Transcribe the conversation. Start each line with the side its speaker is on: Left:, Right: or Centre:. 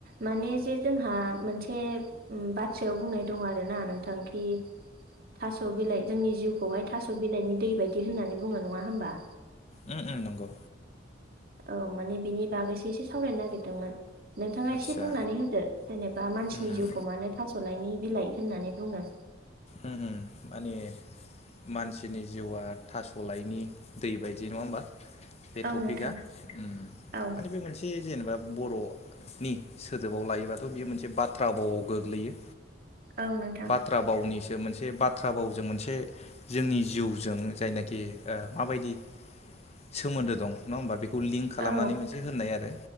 Right: माने जे जोंहा मोनसे अम बाथ्रायाव बुंनाय दं आरो ना नोंथां कि थास' बिलाइ जोंनि जिउखौहाय थास' बिलाइनि दै बायदि होननानै बुङो नङा होमबा
Left: अम अम नंगौ
Right: औ माने बिनि बागैसो एसे सावरायनो नागिरदोंमोन नोंथाङा
Left: आदसा
Right: एसे बुंनानै होदो जेनेबा मानसिनि
Left: उम
Right: जिउखौ मानो थास'लायनि बिलाइ होननानै बुङो
Left: अम अम माने मानसिनि जिउआ थास'लायनि दै बायदि नङा होमबा? बे
Right: औ
Left: टपिकआ
Right: नोंथां
Left: ओम
Right: औ
Left: माने बे मोनसे जेनेबा बर' नि सोदोबाव लायोबाथ' बियो मोनसे बाथ्रा बावआव गोग्लैयो।
Right: औ नोंथां।
Left: थ्रा बावनिस जों मोनसे बाथ्रा बावजों मोनसे जोंनि जिउजों जायनाखि ओ माबायदि सोमोन्दो दं नङा होमबा बेखौ लिंक खालामनानै
Right: औ
Left: मोनसे होननाय आरो